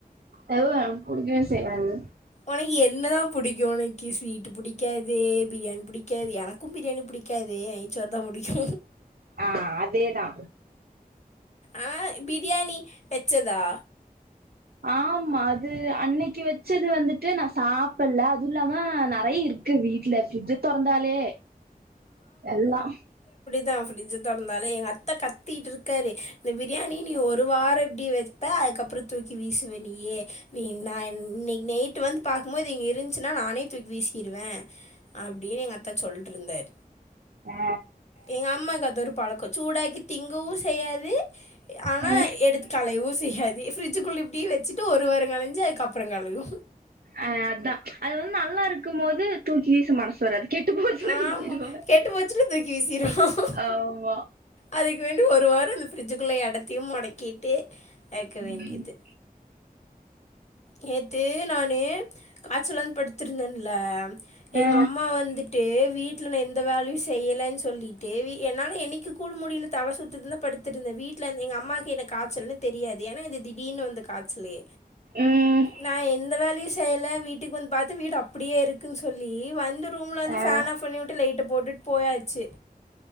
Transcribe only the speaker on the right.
அதுவு எனக் புடிக்கவே செய்யாது
ஆ அதேதா
ஆமா அது அன்னைக்கு வெச்சது வந்துட்டு நா சாப்பல்ல அதுவு இல்லாம நறைய இருக்கு வீட்ல ஃப்ரிட்ஜ தொறந்தாலே எல்லா
ஆ
ஆ
அ அத்தா அது வந்து நல்லா இருக்கும் மோது தூக்கி வீச மனசு வராது கெட்டு போச்சுனா
விசிறுவாங்க
ஆமா
ம்
ஆ
ம்
ஆ